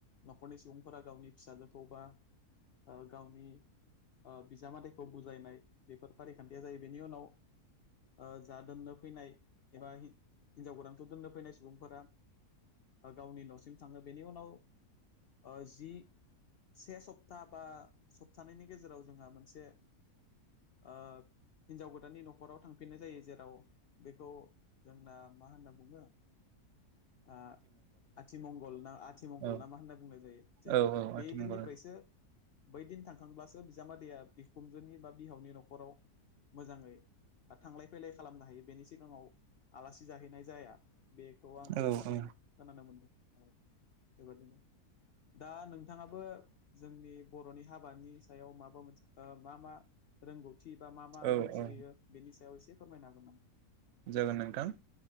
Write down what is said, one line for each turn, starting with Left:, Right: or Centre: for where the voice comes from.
Left: न'खरनि सुबुंफोरा गावनि फिसाजोखौ बा ओ गावनि ओ बिजामादैखौ बुजायनाय बेफोर फारिखान्थिया जायो बेनि उनाव ओ जा दोननो फैनाय एबा हि हिनजाव गोदानखौ दोननो फैनाय सुबुंफोरा ओ गावनि न'सिम थाङो बेनि उनाव ओ जि से सप्ता बा सप्तानैनि गेजेराव जोंहा मोनसे ओ हिनजाव गोदाननि न नखराव थांफिनो जायो जेराव बेखौ जोंना मा होनना बुङो। ओ आथि मंगल ना आ आथिमंगल
Right: औ
Left: ना मा होनना बुंनाय जायो जेराव
Right: औ औ आथिमंगल
Left: बे दिननिफ्रायसो। बै दिन थांखांब्लासो बिजामादैया बिखुनजोनि बा बिहावनि न'खराव मोजाङै हा थांलाय फैलाय खालामनो हायो बेनि सिगाङाव आलासि जाहैनाय जाया बे खौ आं
Right: औ
Left: खोनानाय
Right: औ
Left: खोनानो मोनदों बेबायदिनो दा नोंथाङाबो जोंनि बर'नि हाबानि सायाव माबा मोनसे ओ मा मा रोंगौथि बिबा मा मा
Right: औ
Left: मोनथियो
Right: औ
Left: बेनि सायाव एसे फोरमायनो हागोन नामा?
Right: जागोन नोंथां।